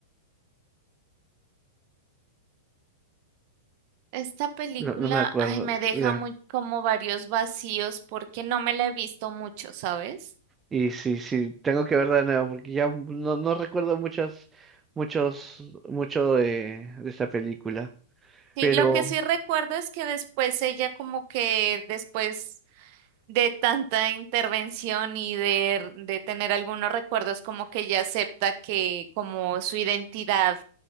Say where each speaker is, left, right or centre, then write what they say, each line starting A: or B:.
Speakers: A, on the right; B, on the right.
A: Esta película,
B: no, no me acuerdo,
A: ay, me deja
B: ya.
A: muy como varios vacíos porque no me la he visto mucho, ¿sabes?
B: Y sí, sí, tengo que ver de nuevo, porque ya no, no recuerdo muchas, muchos, mucho de, de esta película.
A: Sí,
B: Pero,
A: lo que sí recuerdo es que después ella como que después de tanta intervención y de, de tener algunos recuerdos como que ella acepta que como su identidad